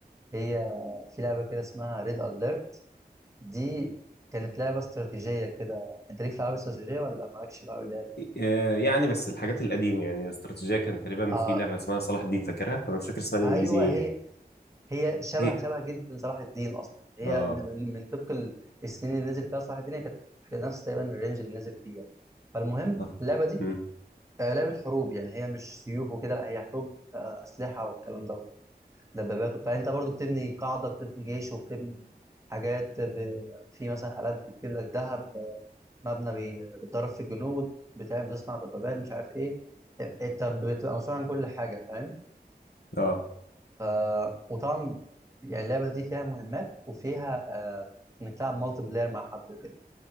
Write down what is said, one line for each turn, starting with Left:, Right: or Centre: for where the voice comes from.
Right: هي في لعبة كده اسمها ريد أليرت دي كانت لعبة استراتيجية كده انت ليك في العاب استراتيجية ولا مالكش في العاب اللي هي
Left: آه، يعني بس الحاجات القديمة يعني الاستراتيجية كان تقريبا
Right: اه
Left: في لعبة اسمها صلاح الدين فاكرها انا مش فاكر اسمها الانجليزي
Right: ايوه
Left: ايه
Right: هي
Left: يعني
Right: هي شبه
Left: هي
Right: شبه جدا صلاح الدين اصلا هي
Left: اه
Right: من من من طبق ال- السنين اللي نزل فيها صلاح الدين هي كانت في نفس تقريبا الرينج اللي نزل فيه يعني فالمهم
Left: طب
Right: اللعبه دي
Left: مم.
Right: آه، لعبه حروب يعني هي مش سيوف وكده لا هي حروب آه، اسلحه والكلام ده دبابات وبتاع انت برضو بتبني قاعده بتبني جيش وبتبني حاجات ب... في مثلا آلات بتجيب لك ذهب آه، مبنى بي- بتدرب فيه الجنود بتاع بتصنع دبابات مش عارف ايه إيه، انت بتبقى مسؤول عن كل حاجه فاهم
Left: اه
Right: آه وطبعا يعني اللعبة دي فيها مهمات وفيها آه إنك تلعب مالتي بلاير مع حد وكده